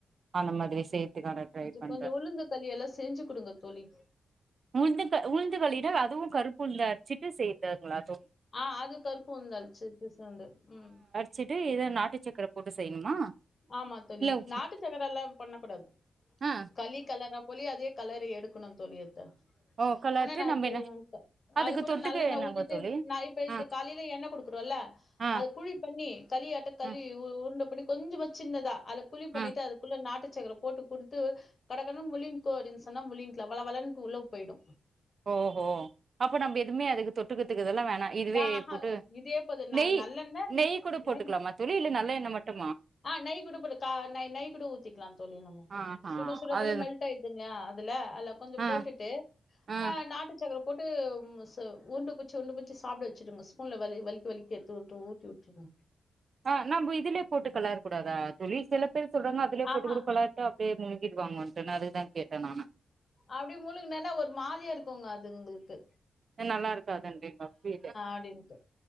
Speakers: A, on the right; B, on the left.
A: அந்த மாதிரி சேத்துக்கா நா ட்ரை
B: கொஞ்சம்
A: பண்ற
B: கொஞ்சம் உளுந்து களி எல்லாம் செஞ்சு குடுங்க தோழி.
A: இதுவு கருப்புளுந்து அர்ச்சிட்டு செய்ற்தங்களா
B: ஆ அது கருப்பு உளுந்து அறச்சது சேந்து ம்
A: சீட்டு இ இது நாட்டு சக்கர போட்டு செய்யணுமா
B: ஆமா தோழி
A: இல்ல உப்பு
B: நாட்டு சக்கர எல்லா பண்ணக்கூடாது.
A: ஆ
B: களி களற்ரா போலயே அதே களறி எடுக்குணு தோழி அத
A: ஓ கலர்ட்டு
B: ஆனா நா
A: நம்ம
B: இதுக்கு
A: என்ன அதுக்கு
B: அது கூட
A: தொட்டுக்க
B: நல்லெண்ண
A: என்னங்க
B: ஊத்திட்டு
A: தோழி
B: நா இப்ப இது
A: ஆ
B: காலைல எண்ண குடுக்குறோல்ல,
A: ஆ
B: அது குழி பண்ணி களியாட்டே களி
A: ம்
B: உருண்ட அப்டி கொஞ்சமா சின்னதா அத குழி பண்ணிட்டு
A: ம்
B: அதுக்குள்ள நாட்டு சக்கர போட்டு குடுத்து கட கடனு முழிங்கோ அப்டின்னு சொன்னா முழிங்க்ளா வள வளன்ட்டு உள்ள போய்டு.
A: ஓஹோ அப்ப நம்ப எதுமே அதுக்கு தொட்டுக்கத்துக்கு இதெல்லா வேணா இதுவே
B: ஆஹா
A: போட்டு
B: இதே போது நான்
A: நெய்
B: நல்லெண்ணெய்
A: நெய் கூட போட்டுக்லாமா
B: நெய்
A: தோழி இல்ல நல்ல எண்ணெ மட்டு
B: ஆ, நெய் கூட போடு கா ந ந நெய் கூட ஊத்திக்லா தோழி நம்ம.
A: ஆஹா
B: சுட சுடப்போட்ட
A: அது
B: மெல்ட் ஆய்டுது இல்லையா துல அதுல கொஞ்சோ
A: ஆ
B: போட்டுட்டு
A: ஆ
B: அ நாட்டு சக்கர போட்டு சோ உர்ண்ட புச்சி உண்ட புச்சி சாப்ட வெச்சுடுங்க. ஸ்பூன்ல வலி வலிக்கி வலிக்கி எத்து உட்டு ஊட்டி உட்ருங்க.
A: ஆஹ் நம்போ இதுலே போட்டு களர் கூடாதா தோழி சில பேர் சொல்றாங்க அதுலே போட்டு
B: ஆஹா
A: கூட களர்ட்டு அப்டியே முழுங் கீர்வாங்கன்டு நா அதுக் தா கேட்ட நானு
B: அப்டி முழுங்னாலே ஒரு மாரியா இருக்குங்க அது உங்கள்க்கு
A: ஏ நல்லாருக்காதுன்றீங்களா புரீல
B: அப்டின்ட்டு